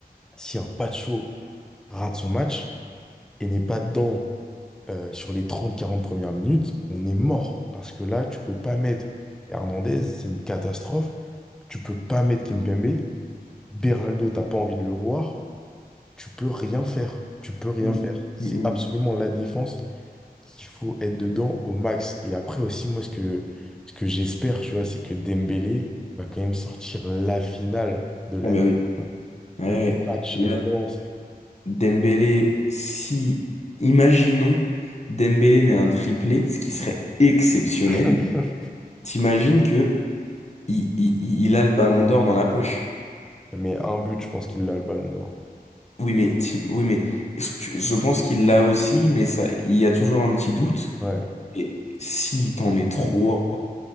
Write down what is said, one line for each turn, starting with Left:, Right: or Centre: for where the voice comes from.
Centre: Si un Pacho rate son match et n'est pas dedans euh, sur les trente-quarante premières minutes, on est mort. Parce que là, tu peux pas mettre Hernandez, c'est une catastrophe. Tu peux pas mettre Kimpembe. Beraldo, t'as pas envie de le voir. Tu peux rien faire. Tu peux rien
Left: Mm.
Centre: faire. C'est
Left: Mm, mm.
Centre: absolument la défense qu'il faut être dedans au max. Et après aussi, moi, ce que, ce que j'espère, tu vois, c'est que Dembélé va quand même sortir la finale de l'année.
Left: Ah bah oui.
Centre: tu vois.
Left: Ouais,
Centre: Le
Left: ouais.
Centre: match référence.
Left: Là, Dembélé, si, imaginons, Dembélé met un triplé, ce qui serait exceptionnel.
Centre: <laughs>
Left: T'imagines que il, il- il- il a le ballon d'or dans la poche.
Centre: Mais un but, je pense qu'il a le ballon d'or.
Left: Oui, mais, t'im- oui, mais je je pense qu'il l'a aussi, mais ça, il y a toujours un petit doute.
Centre: Ouais,
Left: Et si t'en mets trois,